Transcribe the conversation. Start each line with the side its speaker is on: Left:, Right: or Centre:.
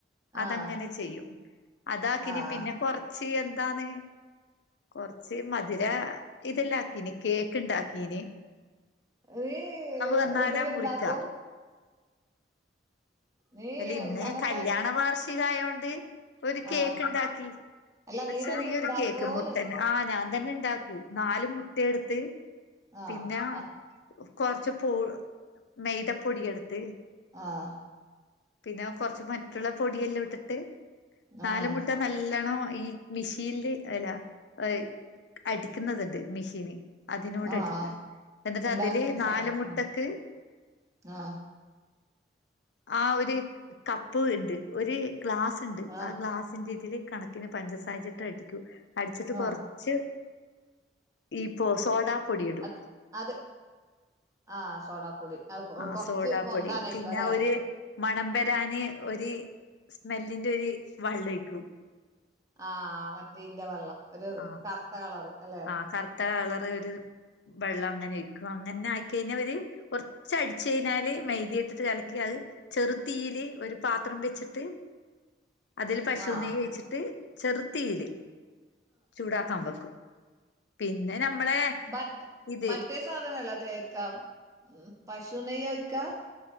Left: അതങ്ങനെ
Right: ആഹ്
Left: ചെയ്യും അതാക്കിന്
Right: ആഹ്
Left: പിന്നെ കൊർ ച്ചി എന്താന്ന്. കൊറച്ച് മധുര ഇതെല്ലാക്കീന് കേക്ക് ഇണ്ടാക്കീനി.
Right: ഒരേ
Left: വന്നാലാ
Right: ഇതിൽ ഇണ്ടാകു.
Left: മുറിക്ക
Right: നീ
Left: അല്ല ഇന്ന്
Right: അങ്ങത്തെ
Left: കല്യാണ വാർഷികം ആയോണ്ട് ഒരു കേക്ക്
Right: ആഹ്
Left: ഇണ്ടാക്കി
Right: അല്ല
Left: ഒരു
Right: നീ
Left: ചെറിയൊരു
Right: തന്നെ ഇണ്ടാക്കോന്ന്
Left: കേക്ക് മുട്ടന ആഹ് ഞാൻ തന്നെ ഇണ്ടാക്കൂ നാല് മുട്ടയെടുത്ത്
Right: ആഹ്
Left: പിന്നെ.
Right: ആഹ്
Left: കൊറച്ച് പൊ മെയ്തപ്പൊടി എടുത്ത്.
Right: ആഹ്.
Left: പിന്നെ കൊർച്ച് മറ്റുള്ള പൊടിയെല്ലാ ഇടുത്ത് നാല്
Right: ആഹ്
Left: മുട്ട ന ല്ലണം ഈ മെഷീനില് അല്ലാ ഹ് അടിക്കുന്നതുണ്ട് മെഷീന്. അതിനോടടിക്കും
Right: ആഹ്
Left: എന്നിട്ട്
Right: ഇണ്ടാക്കുന്ന
Left: അതില് നാല്
Right: സാധനം
Left: മുട്ടക്ക്.
Right: ആഹ് ആഹ്.
Left: ആ ഒരു കപ്പ് ഇത് ഒരു ഗ്ലാസ്ണ്ട്
Right: ആഹ്
Left: ആ ഗ്ലാസിന്റെ ഇതില് കണ ക്കിന് പഞ്ചസാരയിട്ട് അടിക്കു അട്ച്ചിട്ട്
Right: ആഹ്
Left: കൊറച്ച്. ഈപ്പൊ സോഡാ പൊടി ഇടും.
Right: അത് അത് ആഹ് സോഡാപ്പൊടി. അത്
Left: ആഹ്
Right: കൊറച്ച്
Left: സോഡാപ്പൊടി
Right: പൊന്താനായിക്കും
Left: പിന്നെ
Right: അല്ലെ
Left: ഒര്. മണം വരാന് ഒരു സ്മെല്ലിന്റെ ഒരു വള്ളൊയ്ക്കൂ.
Right: ആഹ് മറ്റേ ഇന്റെ വെള്ളം ഒരു
Left: ആ
Right: കറുത്ത കളർ അല്ലെ?
Left: ആ കറുത്ത കളർ ഒരു വെള്ളം അങ്ങനെ ഒയ്ക്കും അങ്ങനെ ആയിക്കഴിഞ്ഞാ ഒര്. കൊർച്ച് അട്ച്ചഴിനാല് മെയ്തി ഇട്ടിട്ട് കലക്കി അയി ചെറുതീയില് ഒരു പാത്രം വെച്ചിട്ട്. അതിൽ പശു
Right: ആഹ്
Left: നെയ്യ് ഒയ്ച്ചിട്ട് ചെറു തീയിൽ ചൂടാക്കാൻ വെക്കും. പിന്നെ നമ്മളെ
Right: ബത്
Left: ഇത്
Right: മറ്റേ സ് സാധനല്ലെ തേക്ക ഹ് പശു നെയ്യ് ഒഴ്ക്ക.